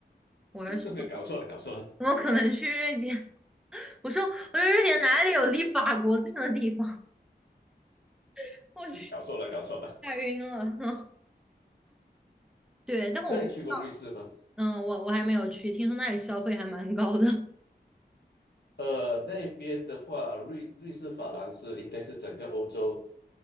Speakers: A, in the centre; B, on the left (about 75°).
A: 我还说
B: <laughs> 搞错了，搞错了，
A: 怎么可能去瑞典？我说，我说瑞典哪里有离法国近的地方？<laughs> 我去，
B: 搞错了，搞错了，搞错了。
A: 吓晕了。<laughs> 对，但我，
B: 那你去过瑞士吗？
A: 嗯，我我还没有去，听说那里消费还蛮高的。<laughs>
B: 呃，那边的话，瑞瑞士法郎是应该是整个欧洲